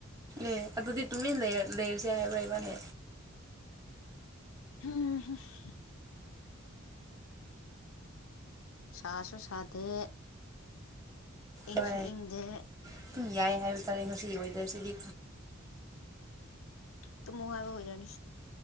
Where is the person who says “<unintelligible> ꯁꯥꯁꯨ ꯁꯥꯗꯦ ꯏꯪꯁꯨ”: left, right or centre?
Left